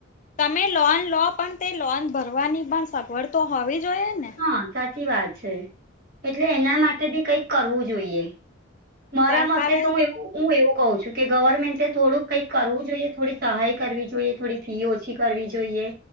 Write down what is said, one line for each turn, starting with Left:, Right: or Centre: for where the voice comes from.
Left: તમે લોન લો પણ તે લોન ભરવાની પણ સગવડ તો હોવી જોઈએ ને
Right: હા સાચી વાત છે એટલે એના માટે બી કંઈક કરવું જોઈએ. મારા
Left: સરકારે
Right: મતે તો હું એવું હું એવું કઉ છું કે ગવર્મેન્ટે થોડુંક કંઈક કઈ કરવું જોઈએ થોડી સહાય કરવી જોઈએ થોડી ફી ઓછી કરવી જોઈએ.